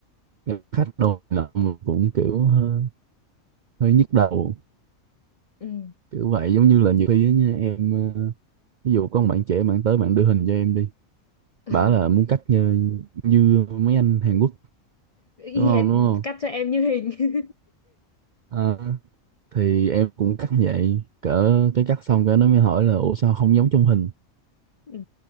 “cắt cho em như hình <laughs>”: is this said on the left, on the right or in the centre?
Left